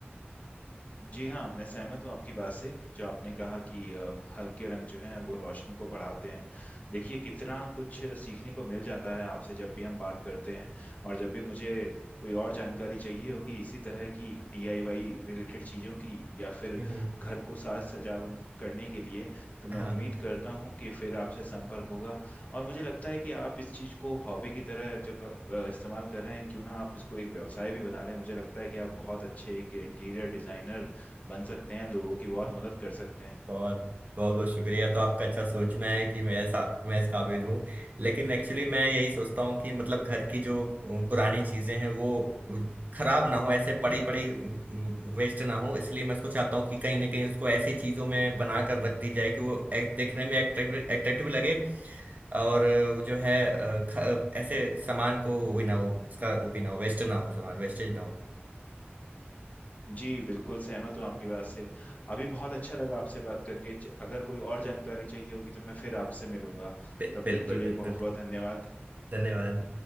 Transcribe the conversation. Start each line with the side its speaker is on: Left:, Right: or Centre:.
Left: जी हाँ मैं सहमत हूँ आपकी बात से जो आपने कहा कि अ, हल्के रंग जो हैं वो रोशनी को बढ़ाते हैं देखिए कितना कुछ सीखने को मिल जाता है आपसे जब भी हम बात करते हैं और जब भी मुझे कोई और जानकारी चाहिए होगी इसी तरह की डीआईवाई रिलेटेड चीज़ों की या फिर
Right: हम्म,
Left: घर को साज सजावट करने के लिए तो मैं
Right: हाँ
Left: उम्मीद करता हूँ कि फिर आपसे संपर्क होगा और मुझे लगता है कि आप इस चीज़ को हॉबी की तरह जब आप अ, इस्तेमाल कर रहे हैं क्यों ना आप इसको एक व्यवसाय भी बना लें मुझे लगता है कि आप बहुत अच्छे एक इंटीरियर डिजाइनर बन सकते हैं लोगों की बहुत
Right: <laughs>
Left: मदद कर सकते हैं
Right: बहुत बहुत बहुत शुक्रिया तो आपका अच्छा सोचना है कि मैं ऐसा मैं इस काबिल हूँ लेकिन एक्चुअली मैं यही सोचता हूँ कि मतलब घर की जो अ, पुरानी चीजें हैं वो अ, खराब ना हो ऐसे पड़ी पड़ी वेस्ट ना हो इसलिए मैं उसको चाहता हूँ कि कहीं ना कहीं उसको ऐसी चीजों में बना कर रख दी जाए कि वो एक- देखने में एट्रैक्टिव एट्रैक्टिव लगे और अ, वो जो है अ, ख- ऐसे सामान को वो भी ना हो उसका वो भी ना हो वेस्ट ना हो सामान वेस्टेज ना हो
Left: जी बिल्कुल सहमत हूँ आपकी बात से अभी बहुत अच्छा लगा आपसे बात करके ज- अगर कोई और जानकारी चाहिए होगी तो मैं फिर आपसे मिलूंगा
Right: बिल-
Left: तब
Right: बिल्कुल
Left: तक के लिए
Right: बिल्कुल
Left: बहुत बहुत धन्यवाद
Right: धन्यवाद